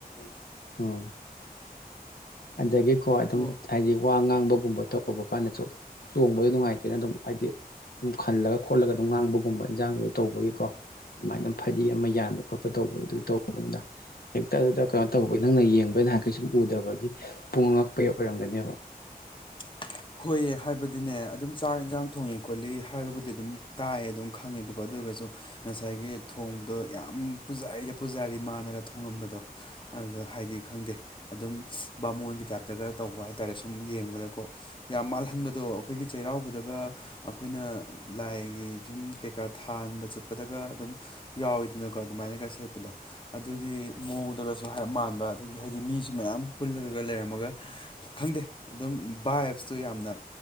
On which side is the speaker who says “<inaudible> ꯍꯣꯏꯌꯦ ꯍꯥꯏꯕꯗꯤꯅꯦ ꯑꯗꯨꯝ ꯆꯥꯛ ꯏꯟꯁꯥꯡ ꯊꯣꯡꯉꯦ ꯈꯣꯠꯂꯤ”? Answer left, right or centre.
Left